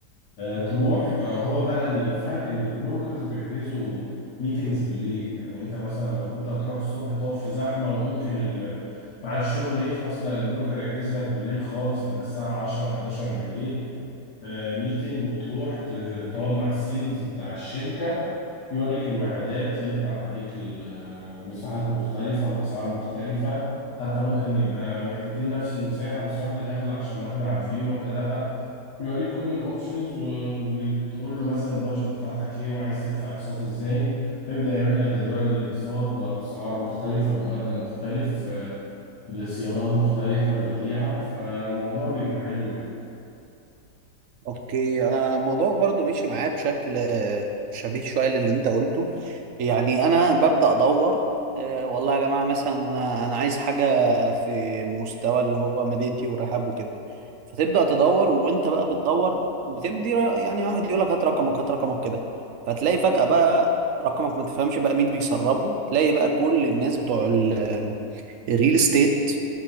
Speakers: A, on the left; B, on the right.
A: آه، تروح آه، هو بقى الفرق ان البروكرز بيحجزوا ميتينجز بالليل يعني انت مثلا لو كنت هتروح الصبح تقف في زحمه وممكن ال- ميعاد الشغل يخلص لا البروكر يحجز لك بالليل خالص تبقى الساعه 10 11 بالليل ميتنج وتروح تج- تقعد مع السيلز بتاع الشركة يوريك الوحدات يطرح عليك ال- آه، مساحات مختلفة بأسعار مختلفة حتى ممكن يبقى وحدتين نفس المساحة بس واحدة أغلى عشان واحدة على الفيو واحدة لأ يوريك كل الاوبشنز وتقول له مثلا البادجت بتاعتك ايه وعايز تدفع اقساط ازاي فيبدأ يعمل لك جدول الاقساط بأسعار مختلفة بمقدم مختلف آه، بصيانات مختلفة الوديعة فالموضوع بيبقى حلو يعني
B: اوكي انا الموضوع برضو مشي معايا بشكل آه، شبيه شويه للي انت قلته يعني انا ببدا ادور آه، والله يا جماعه مثلا انا أنا عايز حاجه في مستوى اللي هو مدينتي والرحاب وكده فتبدا تدور وانت بقى بتدور بتبدي ر- يعني واحد يقول لك هات رقمك هات رقمك كده فتلاقي فجاه بقى رقمك ما تفهمش بقى مين بيسربه تلاقي بقى كل الناس بتوع ال- آه، الريل استيت